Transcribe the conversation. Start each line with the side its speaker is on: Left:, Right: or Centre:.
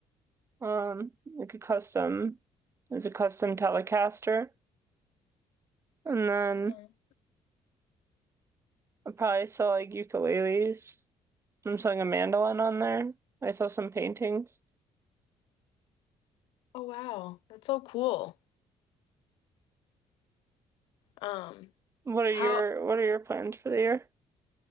Right: um, like a custom, it's a custom Telecaster, and then
Left: Mhm.
Right: i probably sell like ukuleles. I'm selling a mandolin on there. I saw some paintings.
Left: Oh, wow. That's so cool. Um,
Right: What are
Left: how,
Right: your What are your plans for the year?